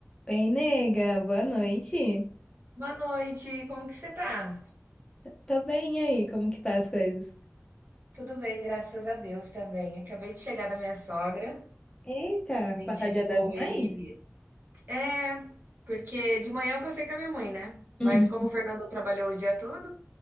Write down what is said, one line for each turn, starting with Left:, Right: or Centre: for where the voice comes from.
Left: Bem, nega, boa noite.
Right: Boa noite, como que você tá?
Left: Tô bem, e aí? Como que tá as coisas?
Right: Tudo bem, graças a Deus também. Acabei de chegar da minha sogra.
Left: Eita,
Right: A gente
Left: passar o Dia das
Right: foi.
Left: Mães?
Right: É, porque de manhã eu passei com a minha mãe, né? Mas
Left: Uhum.
Right: como o Fernando trabalhou o dia todo,